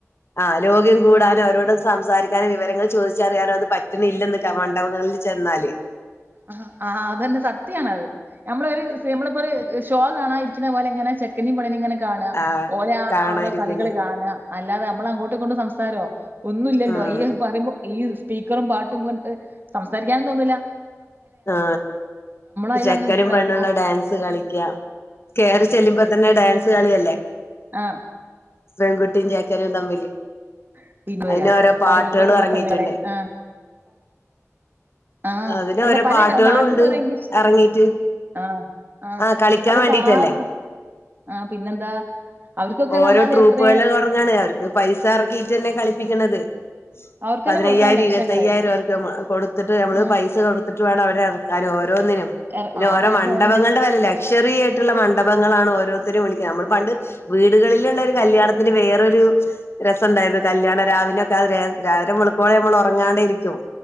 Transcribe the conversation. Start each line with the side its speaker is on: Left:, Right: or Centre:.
Left: ആ ലോഹ്യം കൂടാനും
Right: ആഹ്
Left: അവരോട സംസാരിക്ക വിവരങ്ങൾ ചോദിച്ചറിയാനോ അത് പറ്റണില്ലെന്ന് മണ്ഡപങ്ങളിൽ ചെന്നാല്
Right: ആ ആ് അതന്നെ സത്യണത് നമ്മളൊ ഒരു നമ്മളിപ്പോ ഒരു ഷോ കാണാ ഇരിക്കുന്ന പോലെ എങ്ങനെ ചെക്കന പണിനും ഇങ്ങനെ കാണുക
Left: ആ
Right: ഓരോ
Left: കാണാതിരിക്കണ്
Right: ഓരോ കളികൾ കാണ അല്ലാതെ നമ്മള അങ്ങോട്ടേ കൊണ്ട് സംസാരമോ ഒന്നും ഇല്ലല്ലോ
Left: ഉം
Right: ഈ പറുമ്പോ ഈ സ്പീക്കറും പാട്ടും അങ്ങട്ട് സംസാരിക്കാനും തോന്നില്ല
Left: ആ
Right: അയിലങ്ങ്
Left: ചെക്കനും
Right: ഇതായിപ്പോവും.
Left: പെണ്ണുള്ള ഡാൻസ് കളിക്കാ- കേയറി ചെല്ലുമ്പോ തന്നെ ഡാൻസ് കളിയല്ലേ-
Right: ആ
Left: പെൺകുട്ടിയും ചെക്കനും തമ്മില്
Right: <unintelligible>
Left: അതിന് ഓരോ പാട്ടുകളും
Right: പല രൂപത്തിലുള്ള
Left: ഇറങ്ങിയിട്ടുണ്ട്
Right: പെണ്ണകളെ ആഹ്. ആഹ്
Left: അതിന്
Right: അല്ല
Left: ഓരോ
Right: പല
Left: പാട്ടുകളും
Right: നാട്ടന്ന്
Left: ഉണ്ട്
Right: ഓര് എൻഗേജ്
Left: ഇറങ്ങീട്ട്
Right: ആഹ് ആഹ്
Left: ആ കളിക്കാൻ
Right: അതൊക്കെ
Left: വേണ്ടിട്ടല്ലേ
Right: ആർഭാ ആഹ് പിന്നെന്താ? അവർക്കൊക്കെന്ന്
Left: ഓരോ
Right: പറഞ്ഞാല്
Left: ട്രൂപ്പുകൾ
Right: എത്രേ
Left: ഒറങ്ങാണ് അവർക്ക് പൈസ ഇറക്കിട്ട് അന്നെ കളിപ്പിക്കണത്.
Right: അവർക്കന്നെ
Left: പതിനയ്യായിരം
Right: കൊടുക്കണം ലക്ഷങ്ങള്.
Left: ഇരുവത്തയ്യായിരം ഉറുപ്യാ നമ്മ കൊടുത്തിട്ട് നമ്മള്
Right: ഉം
Left: പൈസ കൊടുത്തിട്ട് വേണം അവരെ അ ക്കാനും ഓരോന്നിനും
Right: എർ
Left: പിന്നെ
Right: ആ
Left: ഓരോ
Right: പൈസ
Left: മണ്ഡപങ്ങളുടെ
Right: എന്തെങ്കിലും
Left: വെല് ലക്ഷറി ആയിട്ടുള്ള മണ്ഡപ ങ്ങളാണ് ഓരോത്തരും വിളിക്ക്യാ നമ്മള് പണ്ട് വീട്കളില്ള്ളൊരു കല്യാണത്തിന് വേറെരു രസം ഇണ്ടായ്ര്ന്നു കല്യാണം രാവിനൊക്കെ അഹ് രേ രാരമു ങ്ങള് പോയാ നമ്മൾ ഉറങ്ങാണ്ട ഇരിക്കും